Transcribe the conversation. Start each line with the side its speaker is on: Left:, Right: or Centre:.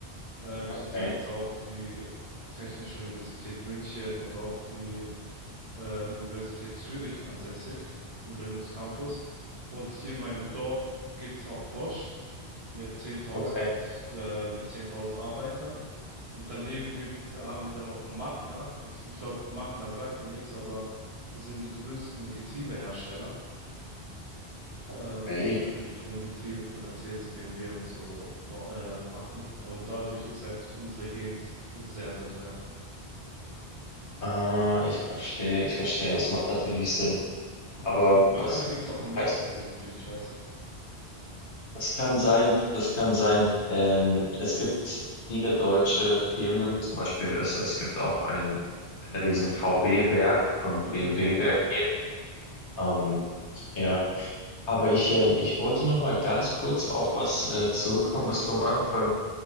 Right: Ähm, hier
Left: Okay,
Right: sind jetzt auch die Technische Universität München oder auch die ähm, Universität Zürich ansässig im Bildungscampus. Und hier in meinem Dorf gibt's auch Bosch mit zehntausend
Left: okay,
Right: äh, mit 10.000 Arbeitern. Und daneben gibt's, haben wir dann noch Magna. Ich, ich glaube, Magna sagt dir nichts, aber die sind die größten Getriebehersteller. Ähm,
Left: okay.
Right: die tun Getriebe für Mercedes, BMW und so ba- äh, machen. Und dadurch ist halt unsere Gegend sehr, sehr teuer.
Left: Ah, ich verstehe, ich verstehe. Das macht natürlich Sinn.
Right: Ja,
Left: Aber
Right: aber Magna
Left: das,
Right: gibt's auch in
Left: das
Right: Mexiko, so viel ich weiß.
Left: das kann sein, das kann sein. Ähm, es gibt viele deutsche Firmen, zum Beispiel, es, es gibt auch ein, ein riesen VW-Werk und
Right: Mhm.
Left: BMW-Werk hier. Ähm, ja, aber ich, ähm, ich wollte noch mal ganz kurz auf was äh, zurückkommen, was du am Anfang